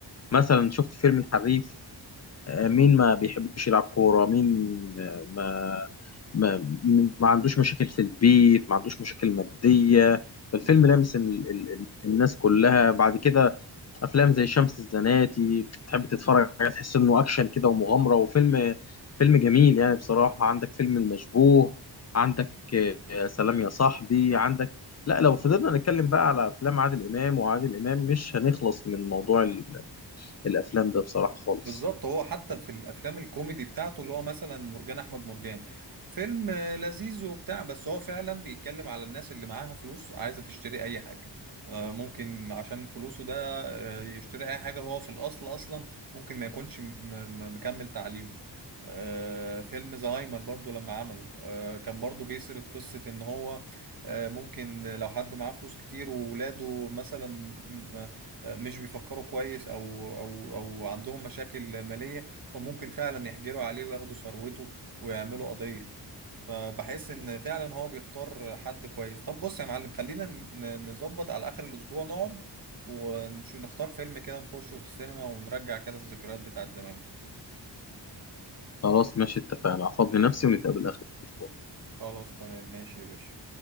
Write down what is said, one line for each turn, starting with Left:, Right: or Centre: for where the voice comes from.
Left: مثلا شفت فيلم الحريف آه، مين ما بيحبش يلعب كورة مين آه، ما ما ما عندوش مشاكل في البيت ما عندوش مشاكل مادية فالفيلم
Right: بالظبط
Left: لامس ال ال ال الناس كلها بعد كده أفلام زي شمس الزناتي تحب تتفرج عليها تحس إنه أكشن كده ومغامرة وفيلم فيلم جميل يعني بصراحة عندك فيلم المشبوه عندك آه، سلام يا صاحبي عندك لا لو فضلنا نتكلم بقى على أفلام عادل إمام وعادل إمام مش هنخلص من موضوع ال- الأفلام ده بصراحة خالص
Right: بالظبط هو حتى في الافلام الكوميدي بتاعته اللي هو مثلا مرجان احمد مرجان فيلم آه، لذيذ وبتاع بس هو فعلا بيتكلم على الناس اللي معاها فلوس عايزه تشتري اي حاجه آه، ممكن عشان فلوسه ده آه، يشتري اي حاجه هو في الاصل اصلا ممكن ما يكونش م- م- مكمل تعليمه آه، فيلم زهايمر برضو لما عمله آه، كان برضو بيسرد قصة ان هو آه، ممكن لو حد معاه فلوس كتير وولاده مثلا مش بيفكروا كويس او او او عندهم مشاكل ماليه فممكن فعلا يحجروا عليه وياخدوا ثروته ويعملوا قضيه فبحس ان فعلا هو بيختار حد كويس طب بص يا معلم خلينا ن- نظبط على اخر الاسبوع نقعد ونختار فيلم كده نخشه في السينما ونرجع كده الذكريات بتاعت زمان
Left: خلاص ماشي اتفقنا هفضي نفسي ونتقابل آخر الأسبوع
Right: خلاص تمام ماشي يا باشا